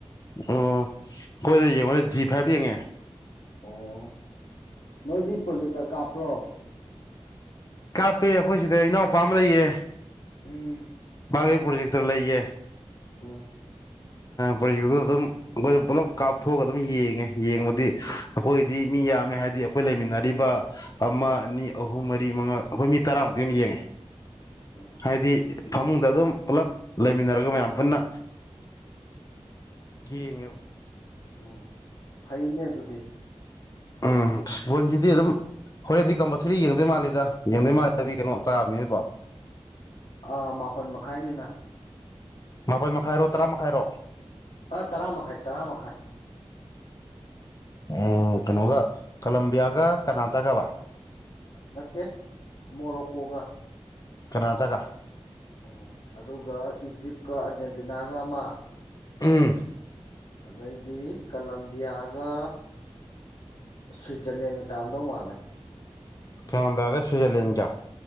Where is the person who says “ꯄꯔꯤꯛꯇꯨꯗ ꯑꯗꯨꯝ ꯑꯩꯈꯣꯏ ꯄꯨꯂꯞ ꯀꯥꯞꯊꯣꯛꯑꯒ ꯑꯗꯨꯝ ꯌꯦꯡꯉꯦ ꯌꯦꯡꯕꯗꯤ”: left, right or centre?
Left